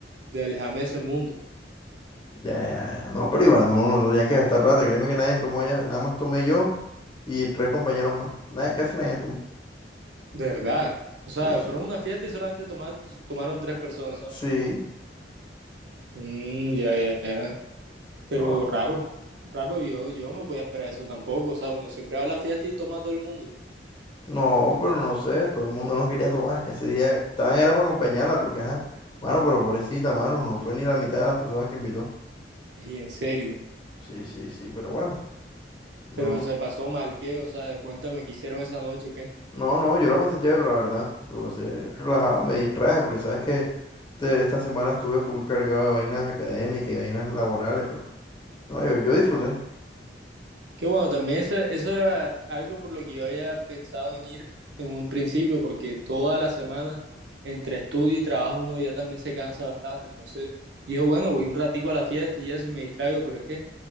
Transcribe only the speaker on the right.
de alejarme de ese mundo.
De verdad. O sea,
fueron a una fiesta y solamente toma- tomaron tres personas.
Mm, ya, ya, ya. Pero
raro, raro, yo, yo no me voy a esperar eso tampoco. O sea, uno siempre va a la fiesta y toma a todo el mundo.
Y en serio.
Pero se pasó mal, ¿qué? O sea, cuéntame qué hicieron esa noche, o ¿qué?
Que bueno, también eso, eso era algo por lo que yo había pensado en ir en un principio, porque toda la semana entre estudio y trabajo uno ya también se cansa bastante. Entonces, dijo, bueno, voy un ratico a la fiesta y eso y me distraigo, pero es que...